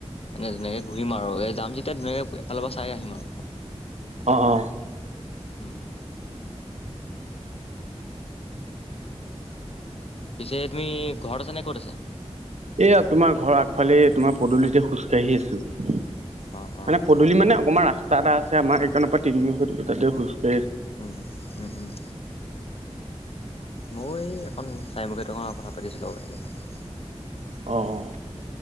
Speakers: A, on the left; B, on the right.
A: এনে ধুনীয়াকে ঘূৰিম আৰু এ যাম যেতিয়া ধুনীয়াকে এফালৰ পৰা চাই আহিম আও।
B: অ অ।
A: উম। পিছে তুমি ঘৰত আছা নে ক'ত আছা?
B: এয়া তোমাৰ ঘৰৰ আগফালে তোমাৰ পদূলিতে খোজকাঢ়ি আছো।
A: অ', অ'।
B: মানে পদূলি মানে অকমান ৰাস্তা এটা আছে আমাৰ সেইকনৰ পৰা তিনি‌ <unintelligible> তাতে খোজ কাঢ়ি আছো।
A: উম, উম, উম। ময়ো এই এখন চাইমুখে তোমাৰ কথা পাতি আছিলো লগৰ কেইটাৰ লগত।
B: অ'